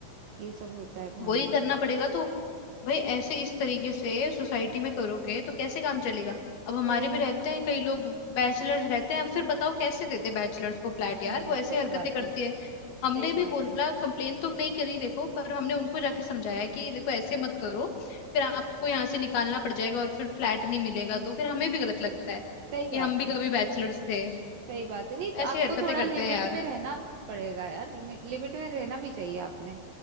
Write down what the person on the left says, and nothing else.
वही करना पड़ेगा तो भाई ऐसे इस तरीके से सोसाइटी में करोगे तो कैसे काम चलेगा अब हमारे
भी रहते हैं कई लोग बैचलर्स रहते हैं अब फिर बताओ कैसे देते बैचलर्स को फ्लैट
यार वो ऐसे
हरकतें
करती
है हमने
भी
बोला
कंप्लेन तो नहीं करी देखो पर हमने उनको जाके समझाया कि देखो ऐसे मत करो फिर आपको यहाँ से निकालना पड़ जाएगा और फिर फ्लैट नहीं मिलेगा तो फिर हमें भी गलत लगता है
कि हम भी
कभी बैचलर्स थे
ऐसे हरकतें
करते
हैं यार